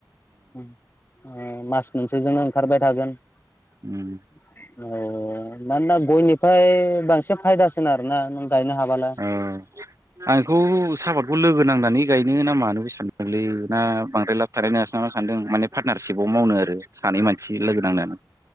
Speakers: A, on the left; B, on the right.
A: उम ओ‌ मास मोनसेजोंनो ओंखारबाय थागोन। औ
B: उम
A: मानोना गयनिफ्राय बांसिन फायदासिन आरोना नों गायनो हाबाला
B: औ आंखौ सापतखौ लोगो नांनानै गायनो ना मानोबो सानदोंलै ना बांद्राय लाब थानाय नङासो नामा सानदों माने पार्टनारशिपाव मावनो आरो सानै मानसि लोगो‌ नांनानै।